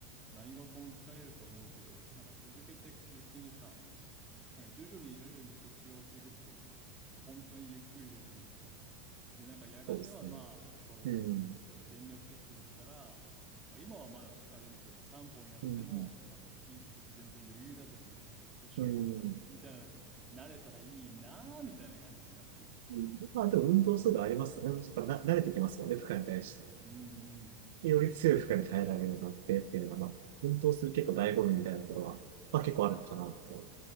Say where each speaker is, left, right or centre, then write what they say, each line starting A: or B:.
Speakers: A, on the right; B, on the right.
A: 何事も疲れると思うけど、なんか続けていくうちにさ、なんか徐々に徐々に適応していくっていうの。本当にゆっくりでもいいから。で、なんかやがてはまあ、
B: そうですね。
A: そう、
B: うん。
A: 例えば全力疾走だったら、まあ、今はまだ疲れるけど、3本やっても、
B: うん。
A: まだ息、全然余裕だぜ、みたいな。年を取っても、
B: うん。
A: みたいな、慣れたらいいなーみたいな感じでやってる。
B: うんまあ、でも運動するのありますよね。やっぱな、慣れてきますよね、負荷に対して。
A: うんうん。
B: より強い負荷に耐えられるようになってっていうのが、まあ、運動する結構醍醐味みたいなところは、まあ結構あるのかなと。